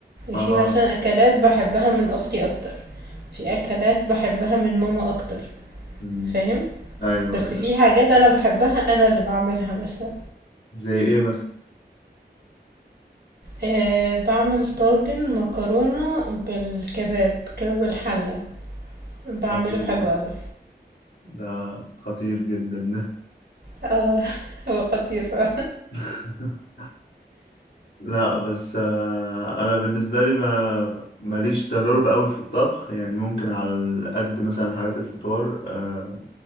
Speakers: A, on the left; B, on the right.
A: اه آه.
B: في مثلا اكلات بحبها من اختي اكتر في اكلات بحبها من ماما اكتر
A: امم
B: فاهم
A: ايوه
B: بس
A: ايوه
B: في حاجات انا بحبها انا اللي بعملها مثلا
A: زي ايه مثلا
B: أه بعمل طاجن مكرونة بالكباب كباب الحلة بعمله
A: خطير
B: حلو
A: ده
B: قوي
A: ده خطير جدا ده
B: اه <laughs> هو خطير بقى
A: <laughs> لا بس آه، انا بالنسبه لي ما ماليش تجارب قوي في الطبخ يعني ممكن على قد مثلا حاجات الفطار آه،